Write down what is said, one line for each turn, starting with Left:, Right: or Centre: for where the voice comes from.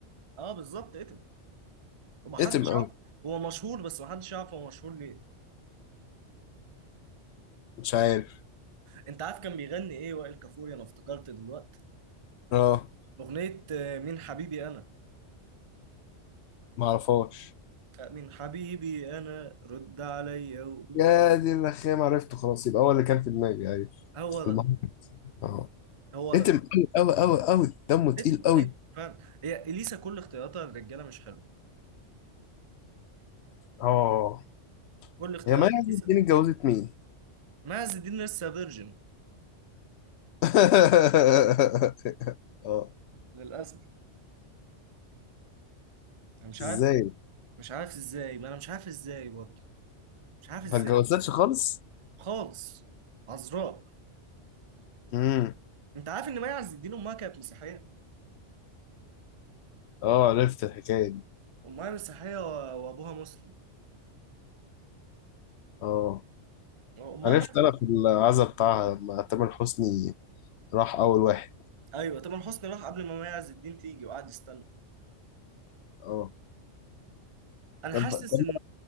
Right: اه بالظبط اتم ومحدش
Left: اتم قوي
Right: يعرف هو مشهور بس محدش يعرف هو مشهور ليه
Left: مش عارف
Right: انت عارف كان بيغني ايه وائل كفوري انا افتكرت دلوقتي
Left: اه
Right: اغنيه آه، مين حبيبي انا
Left: ما اعرفهاش
Right: آه، مين حبيبي انا رد عليا وقول
Left: يا دي الرخام عرفته خلاص يبقى هو اللي كان في دماغي ايوه
Right: هو ده
Left: المهم اه
Right: هو
Left: اتم
Right: ده
Left: قوي قوي قوي قوي دمه تقيل
Right: اتم
Left: قوي
Right: ايوه فعلا هي اليسا كل اختياراتها الرجاله مش حلوه
Left: اه
Right: كل اختيارات
Left: هي مي عز
Right: اليسا
Left: الدين اتجوزت مين؟
Right: معز الدين لسه فيرجن
Left: <laughs> اه
Right: للاسف انا مش
Left: ازاي؟
Right: عارف مش عارف ازاي ما انا مش عارف ازاي برضه مش عارف ازاي
Left: ما اتجوزتش خالص؟
Right: خالص عذراء
Left: امم
Right: انت عارف ان مي عز الدين امها كانت مسيحيه
Left: اه عرفت الحكاية دي
Right: امها مسيحيه و- وابوها مسلم
Left: اه
Right: امها
Left: عرفت
Right: ماتت
Left: انا في العزا بتاعها لما تامر حسني راح اول واحد
Right: ايوه طبعا حسني راح قبل ما مي عز الدين تيجي وقعد يستنى
Left: اه
Right: انا
Left: طب
Right: حاسس
Left: طب
Right: ان